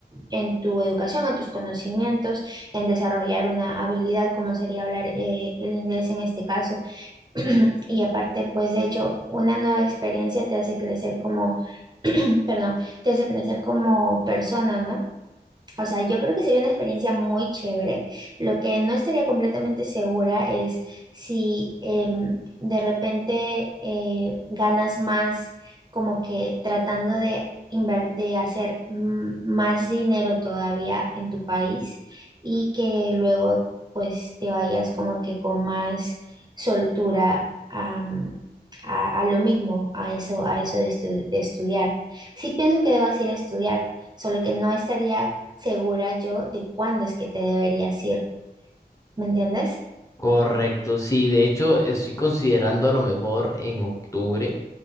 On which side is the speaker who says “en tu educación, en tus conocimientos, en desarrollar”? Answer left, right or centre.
Right